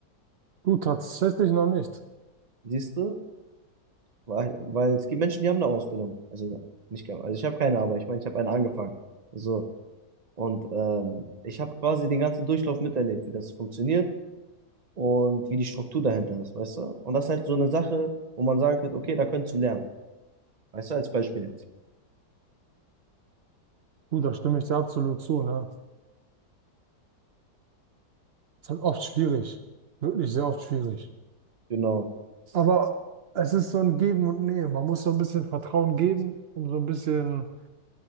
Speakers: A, on the right; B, on the right.
A: du tatsächlich noch nicht.
B: Siehst du? Weil, weil es gibt Menschen, die haben eine Ausbildung. Also nicht, gar- also ich habe keine, aber ich meine, ich habe eine angefangen. So. Und ähm, ich habe quasi den ganzen Durchlauf miterlebt, wie das funktioniert und wie die Struktur dahinter ist, weißt du? Und das ist halt so eine Sache, wo man sagen könnte, okay, da könntest du lernen. Weißt du, als Beispiel jetzt.
A: Du, da stimme ich dir absolut zu, ne? Ist halt oft schwierig. Wirklich sehr oft schwierig.
B: Genau.
A: Aber es ist so ein Geben und Nehmen. Man muss so ein bisschen Vertrauen geben, um so ein bisschen